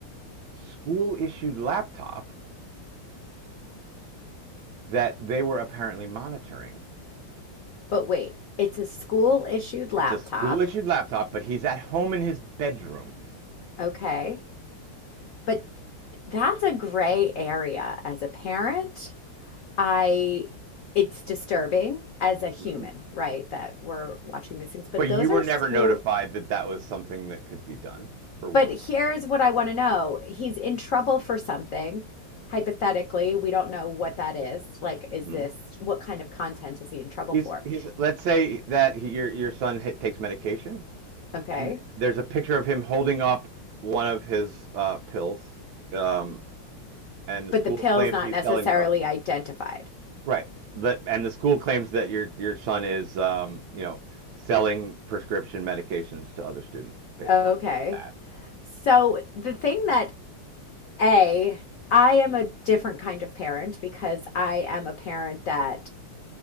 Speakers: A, on the right (about 70°); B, on the left (about 75°).
A: school issued laptop that they were apparently monitoring.
B: But wait, it's a school issued laptop.
A: It's a school issued laptop, but he's at home in his bedroom.
B: Okay. But that's a gray area as a parent. I it's disturbing as
A: Mm-hmm.
B: a human, right, that we're watching these things. But
A: But you
B: those
A: were
B: are
A: never
B: school.
A: notified that that was something that could be done, for one.
B: But here's what I want to know. He's in trouble for something. Hypothetically, we don't know what that is. Like, is
A: Mm-hmm.
B: this what kind of content is he in trouble
A: He's
B: for?
A: he's let's say that he, your your son hit, takes medication.
B: Okay.
A: And there's a picture of him holding up one of his uh, pills, um, and the
B: but
A: school
B: the pill's
A: claims
B: not
A: he's
B: necessarily
A: selling drugs.
B: identified.
A: Right. That and the school claims that your your son is, um, you know, selling prescription medications to other students based
B: Okay.
A: on that.
B: So the thing that A, I am a different kind of parent because I am a parent that